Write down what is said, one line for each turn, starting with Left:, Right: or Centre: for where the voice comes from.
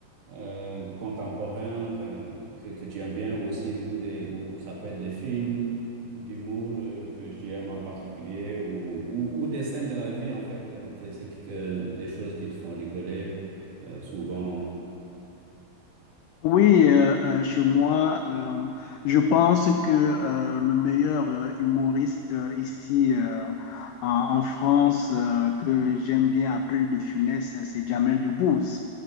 Right: euh, contemporains enfin, que, que tu aimes bien ou aussi, ou, des, ou ça peut être des films d'humour euh, que j'aime en particulier, ou, ou, ou des scènes de la vie en fait, donc euh, c'est que, que des choses qui te font rigoler euh, souvent.
Left: Oui, euh, euh, chez moi, euh, je pense que euh, le meilleur euh, humoriste euh, ici euh, en, en France euh, que j'aime bien après De Funès, euh, c'est Jamel Debbouze.